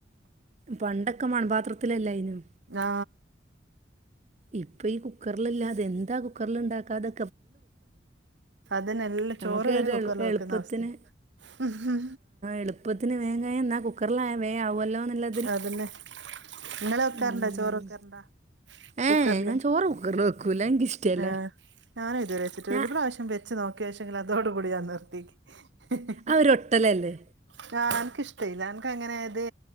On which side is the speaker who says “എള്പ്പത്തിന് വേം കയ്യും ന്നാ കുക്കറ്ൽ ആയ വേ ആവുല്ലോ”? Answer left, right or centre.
Right